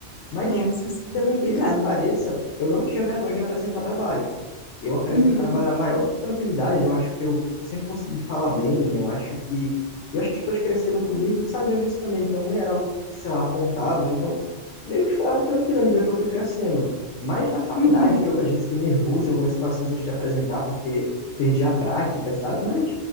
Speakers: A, on the left; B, on the left.
A: Mas,
B: Nossa, assim,
A: pelo
B: complicado.
A: incrível que pareça, eu não tinha vergonha de apresentar trabalho. Eu apresentava
B: Uhum.
A: na maior tranquilidade, eu acho que eu sempre consegui falar bem, eu acho que. E eu acho que as pessoas cresceram comigo, sabiam disso também, então não era algo que, sei lá, apontavam, então meio que foi algo tranquilo à medida que eu fui crescendo. Mas na faculdade,
B: Uhum.
A: que eu às vezes fiquei nervoso em algumas situações antes de apresentar, porque perdi a prática, sabe? Mas